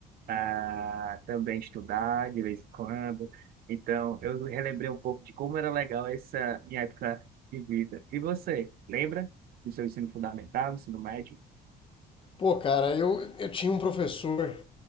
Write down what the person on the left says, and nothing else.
Pô, cara, eu, eu tinha um professor,